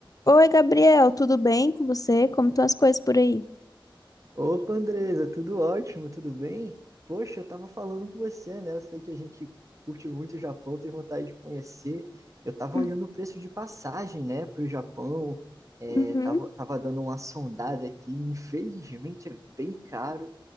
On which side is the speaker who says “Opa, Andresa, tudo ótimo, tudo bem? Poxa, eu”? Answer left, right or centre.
Right